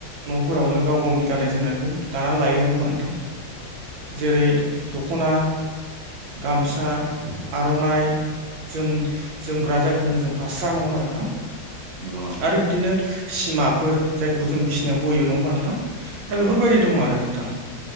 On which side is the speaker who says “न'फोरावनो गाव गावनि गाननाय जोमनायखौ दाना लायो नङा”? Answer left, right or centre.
Right